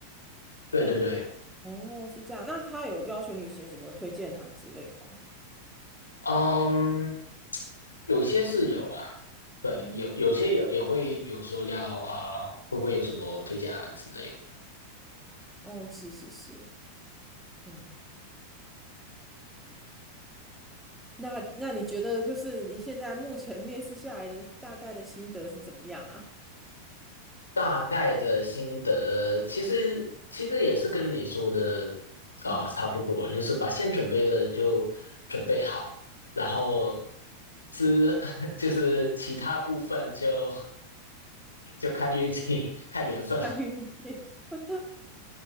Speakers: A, on the left; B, in the centre.
A: 对对对，
B: 哦，是这样。那他有要求你写什么推荐函之类的吗？
A: 嗯，有些是有啦，对，
B: 嗯，
A: 有有些也也会有说要啊、呃会不会有什么推荐函之类的。
B: 哦，是是是，嗯，那那你觉得就是你现在目前面试下来的大概的心得是怎么样啊？
A: 大概的心得，其实其实也是跟你说的啊、
B: <laughs> 嗯，
A: 呃差不多，就是把先准备的就准备好，然后之 <laughs> 就是其他部分就就看运气、<laughs> 看缘分了。
B: 看运气。<laughs>